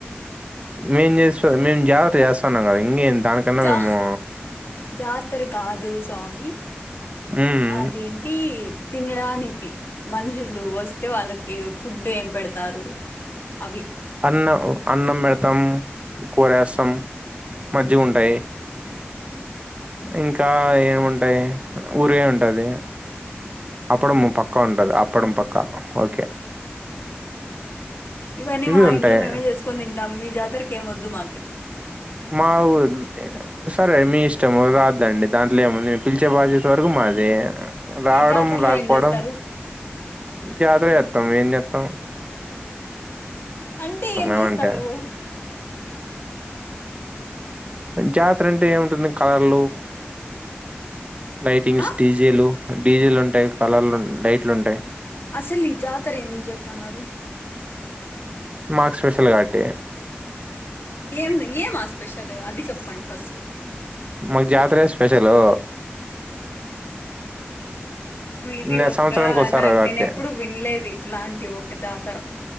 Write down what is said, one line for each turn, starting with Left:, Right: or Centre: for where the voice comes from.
Right: మేం చేస్త మేము జాతర్ చేస్తాన్నాం కదా ఇంకేం దానికన్నా
Left: జా
Right: మేము
Left: జాతర కాదు స్వామి
Right: హ్మ్
Left: అదేంటి తినడానికి మనుషులు వస్తే వాళ్ళకి ఫుడ్ ఏం పెడతారు అవి
Right: అన్నం అన్నం బెడతాం కూరేస్తాం మజ్జిగుంటాయి ఇంకా ఏమింటాయి ఊరిగాయ్ ఉంటది అప్పుడు
Left: ఉమ్
Right: పక్కా ఉంటది అప్పుడం పక్కా ఓకే
Left: ఇవన్నీ
Right: ఇవి
Left: మా
Right: ఉంటాయి
Left: ఇంట్లో మేమే చేసుకొని తింటాం మీ జాతరకి ఏమ్ వద్దు మాకి
Right: మాఊరతే సరే మీ ఇష్టము రావద్దండి దాంట్లో ఏముంది నేను పిలిచే బాధ్యత వరకు మాదే రావడం
Left: ఈ జాతరలో
Right: రాకపోవడం
Left: ఏం చేస్తారు
Right: జాతర చెస్తాం ఏం చేస్తాం
Left: అంటే ఏం
Right: ఏమంటే
Left: చేస్తారు
Right: జాతర అంటే ఏముంటుంది కలర్లు లైటింగ్స్
Left: ఆ
Right: డీజేలు డీజేలు ఉంటాయి కలర్లు లైట్లు ఉంటాయి
Left: అసలీ జాతర ఎందుకుజేతున్నారు
Right: మాక్ స్పెషల్ కావట్టి
Left: ఏం ఏం ఆ స్పెషలు అది చెప్పండి ఫస్ట్
Right: మాకు జాతరే స్పెషలు
Left: మీది
Right: నే
Left: ఒక
Right: సంవత్సరానికి వస్తారు
Left: నాక్
Right: కాబట్టి
Left: నేను ఎప్పుడు వినలేదిది ఇట్లాంటి ఒక జాతర